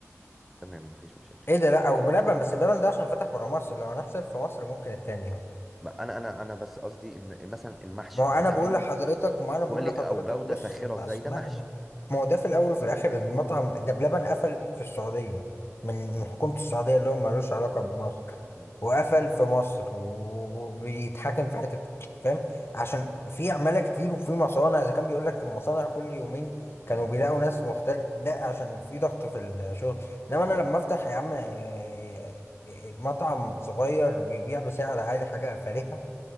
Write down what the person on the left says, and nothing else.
ايه ده لا او بلبن بس بلبن ده عشان فتح برا مصر لو هنحسب في مصر ممكن التاني يعني.
ما هو انا
بقول لحضرتك ما انا بقول
لحضرتك
بص
ما
اسمعني
ما هو ده في الاول وفي الاخر المطعم ده بلبن قفل في السعوديه من
من حكومه السعوديه اللي هو ملوش علاقه بمصر
وقفل في مصر و- وبيتحاكم في حته فاهم عشان في عماله كتير وفي مصانع اذا كان بيقول لك المصانع كل يومين كانوا
بيلاقوا
ناس مختلف ده عشان في ضغط في الشغل انما انا
لما افتح يا عم إيه، إيه، مطعم صغير بيبيع بسعر عالي حاجه فارهه